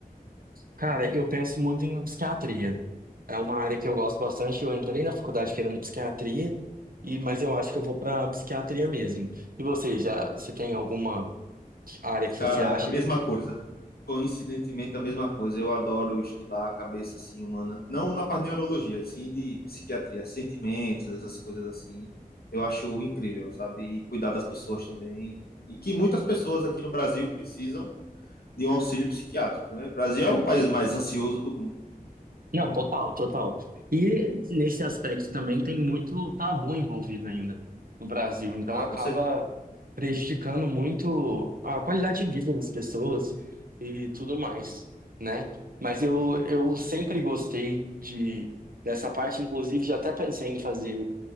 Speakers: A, on the right; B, on the left.
A: Cara, eu penso muito em psiquiatria. É uma área que eu gosto bastante. Eu entrei na faculdade querendo psiquiatria, e, mas eu acho que eu vou para psiquiatria mesmo. E você, já, você tem alguma área que
B: Cara,
A: você acha?
B: a mesma coisa. Coincidentemente, a mesma coisa. Eu adoro estudar a cabeça assim humana, não na parte de neurologia, e sim de psiquiatria, sentimentos, essas coisas assim. Eu acho incrível, sabe? E cuidar das pessoas também. E que muitas pessoas aqui no Brasil precisam de um auxílio psiquiátrico, né? O Brasil é o país mais ansioso do mundo.
A: Não, total, total. E nesse aspecto também tem muito tabu envolvido ainda no Brasil, então
B: Ah,
A: acaba
B: com certeza.
A: prejudicando muito a qualidade de vida das pessoas e tudo mais, né? Mas eu,
B: Sim,
A: eu sempre gostei de dessa parte, inclusive já até pensei em fazer